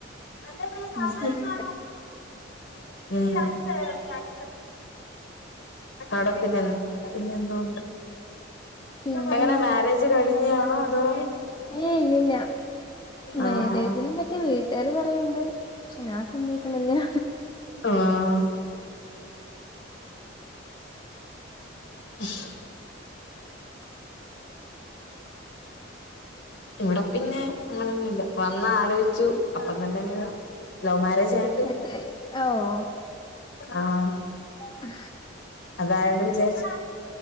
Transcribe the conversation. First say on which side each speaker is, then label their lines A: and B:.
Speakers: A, on the left (about 70°); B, on the left (about 25°).
A: അല്ല സാധണ
B: മിണ്ടാതെ
A: മ് അവിടെ പിന്നെ പിന്നെ എന്തുകൊണ്ട്
B: പിന്നെന്തുവാ
A: എങ്ങനെ മാരേജ് കഴിഞ്ഞ് ണോ അതോ
B: ഏഹ് ഇല്ലല്ല മേരേജ്
A: ആഹ്
B: നെ പറ്റിവീട്ടുകാര് പറയ്ണ്ട് പക്ഷെ ഞാൻ സമ്മയ്ക്ക്ണ് ല്ലാ
A: ആഹ് ഉ <unintelligible> തുട പിന്നെ അങ്ങനൊന്നുംല്ല വന്ന്‌ ആലോചിച്ചു അപ്പ തന്നെ അങ്ങ് ലവ് മാരേജ് ആയണ്ട്
B: ത്തയ് ആ ഹോ
A: ആഹ്
B: ആ
A: അതായോണ്ട് വിചാരി